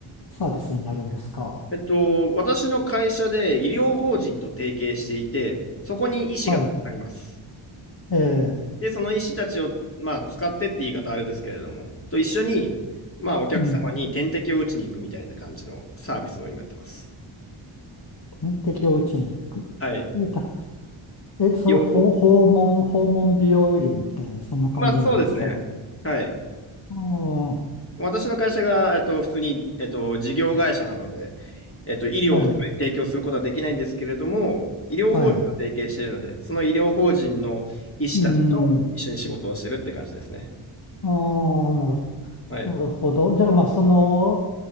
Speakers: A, on the left; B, on the left.
A: サービスになるんですか
B: えっと、私の会社で医療法人と提携していて、そこに医師がたくさんいます。
A: はい。ええ、
B: で、その医師たちを、まあ、使ってって言い方はあれですけれども、と一緒に、まあ、お客様に点滴を打ちに行くみたいな感じのサービスを今やってます。
A: うん。点滴を打ちに行
B: はい。
A: く。たえ、それ、
B: よ、
A: 訪訪問、訪問美容医療みたいな、そんな感じなんですか
B: まあ、そうですね。はい。
A: ああ、
B: 私の会社が、えっと、普通に、えっと、事業会社なので、えっと、医療を提供することはできないんですけれども、
A: はい、
B: 医療法人と提携しているので、
A: はい。
B: その医療法人の医師たちと一緒に仕事をしてるって感じですね。
A: うん。ああ、なるほ、
B: はい。
A: なるほど。じゃあ、まあ、その、